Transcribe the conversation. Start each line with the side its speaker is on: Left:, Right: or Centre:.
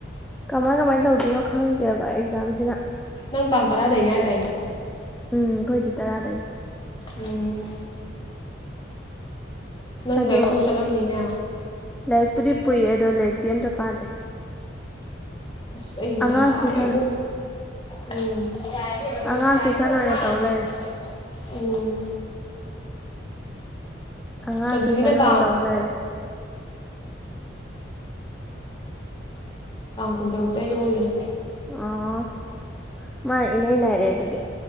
Centre: ꯀꯃꯥꯏ ꯀꯃꯥꯏꯅ ꯇꯧꯗꯣꯏꯅꯣ ꯈꯪꯗꯦꯕ ꯑꯦꯛꯖꯥꯝꯁꯤꯅ
Left: ꯅꯪ ꯇꯥꯡ ꯇꯔꯥꯗꯩꯅꯦ ꯍꯥꯏꯗꯥꯏꯅꯦ
Centre: ꯎꯝ ꯑꯩꯈꯣꯏꯗꯤ ꯇꯔꯥꯗꯒꯤ
Left: ꯎꯝ ꯅꯪ
Centre: ꯑꯗꯣ
Left: ꯂꯥꯏꯔꯤꯛ ꯄꯨꯔ ꯆꯠꯂꯝꯅꯤꯅꯦ
Centre: ꯂꯥꯏꯔꯤꯛꯄꯨꯗꯤ ꯄꯨꯏ ꯑꯗꯣ ꯂꯥꯏꯔꯤꯛꯇꯤ ꯑꯝꯇ ꯄꯥꯗꯦ
Left: ꯑꯁ ꯑꯩꯒꯤ ꯃꯊꯥ
Centre: ꯑꯉꯥꯡ
Left: ꯁꯥꯔꯦꯕꯣ
Centre: ꯇꯨꯏꯁꯟ
Left: ꯎꯝ ꯌꯥꯔꯦꯕꯦꯝ ꯃꯗꯣꯗꯤ
Centre: ꯑꯉꯥꯡ
Left: ꯍꯥꯏ
Centre: ꯇꯨꯏꯁꯟ
Left: ꯈꯔ
Centre: ꯑꯣꯏꯅ
Left: ꯋꯥꯠꯂꯤꯒꯦ
Centre: ꯇꯧ ꯂꯩꯔꯦ
Left: ꯎꯝ
Centre: ꯑꯉꯥꯡ
Left: ꯁꯟꯖꯨꯒꯤꯅ
Centre: ꯇꯨꯏꯁꯟ ꯑꯣꯏꯅ
Left: ꯇꯥꯡ
Centre: ꯇꯧ ꯂꯩꯔꯦ
Left: <unintelligible> ꯀꯨꯟꯇꯔꯨꯛꯇꯩ ꯃꯣꯏꯒꯤꯅ
Centre: ꯑꯣ ꯃꯥꯏꯅ ꯏꯅꯩ ꯅꯔꯦ ꯑꯗꯨꯗꯤ